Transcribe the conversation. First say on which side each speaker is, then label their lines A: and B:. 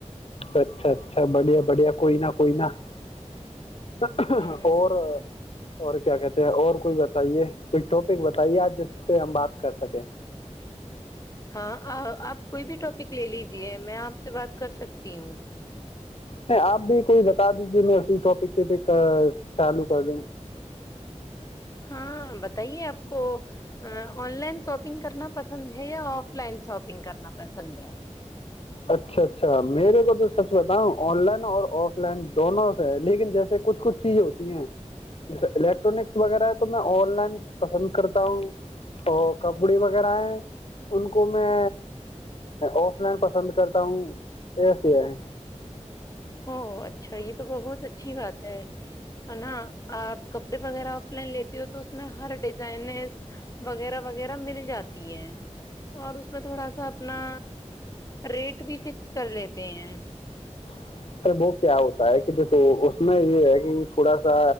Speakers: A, on the left (about 55°); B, on the left (about 30°).
A: اچھا اچھا بڑھیا بڑھیا کوئی نہ کوئی نہا
B: ہوں
A: اور اور کیا کہتے ہیں اور کوئی بتائیے کوئی ٹاپک بتائیے آج جس پہ ہم بات کر سکیں
B: ہاں آپ کوئی بھی ٹاپک لے لیجیے میں آپ سے بات کر سکتی ہوں
A: نہیں آپ بھی کوئی بتا دیجے میں اسسی ٹاپک پہ چالو کر دوں
B: ہاں بتائیے آپ کو آن لائن شاپنگ کرنا پسند ہے یا آف لائن شاپنگ کرنا پسند ہے
A: اچھا اچھا میرے کو تو سچ بتاؤ آن لائن اور آف لائن دونوں سے لیکن جیسے کچھ کچھ چیزیں ہوتی ہیں جیسے الیکٹرانکس وغیرہ ہے تو میں آن لائن پسند کرتا ہوں اور کپڑے وغیرہ ہیں ان کو میں آف لائن پسند کرتا ہوں ایسے ہے
B: ا اچھا یہ تو بہت اچھی بات ہے نا آپ کپڑے وغیرہ آف لائن لیتے ہو تو اس میں ہر ڈیزائن وغیرہ وغیرہ مل جاتی ہے اور اس میں تھوڑا سا اپنا ریٹ بھی فکس کر لیتے ہیں
A: ا وہ کیا ہوتا ہے کہ دیکھو اس میں یہ ہے کہ تھوڑا سا